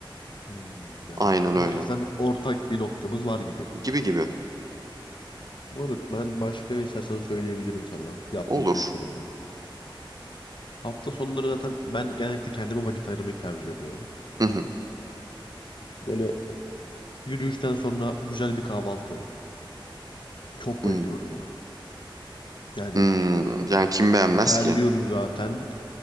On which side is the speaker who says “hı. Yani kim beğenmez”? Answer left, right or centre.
Right